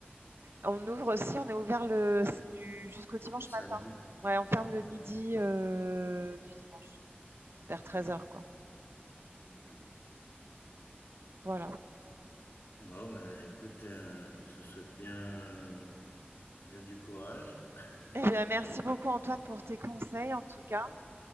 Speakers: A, on the right; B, on the left.
A: On ouvre aussi, on est ouvert le, du, jusqu'au dimanche
B: le samedi.
A: matin. Ouais, on ferme le midi
B: samedi.
A: euh, du dimanche, vers 13h,
B: Ok, ok.
A: Voilà.
B: Bon, ben écoute, euh, je vous souhaite bien, bien du courage. <laughs>
A: Eh bien, merci beaucoup Antoine pour tes conseils en tout cas.